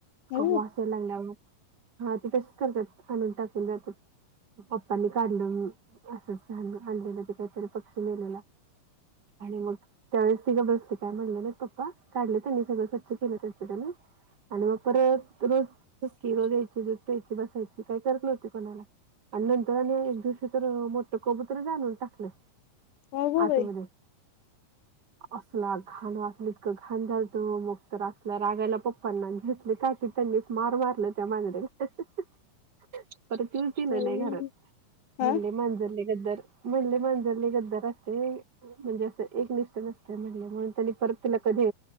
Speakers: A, on the left; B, on the right.
A: अगो
B: ल्या हा ते तसेच करतात आणून टाकून जातात पप्पांनी काढलं असं आणलेलं ते काहीतरी पक्षी मेलेला आणि मग त्यावेळेस तिघं बसते काय म्हणलेलं पप्पा काढले त्यांनी सगळं स्वच् केलं त्या सुद्ध ना आणि मग परत रोज सुकी रोज या्यायची दूध प्यायची बसायची काय करत नव्हती कोणाला आणि नंतर एक दिवशी तर मोठ कबुतर जाणून टाकलं
A: अगो
B: आतमध्ये
A: बाई
B: असला खाण असलं इतकं घाण झालत मग तर असला रागायला पप्पांना घेतले काय त्यांनीच मार मारलं त्या माांगर पर त तलं
A: बाई
B: नाही घरात
A: हा
B: म्हणले मांजर गद्दर म्हल्ली मांजले गद्दर असते म्हणजे असं एक निषठ नसत म्हणजे म्हणून त्यानी परत तुला कधी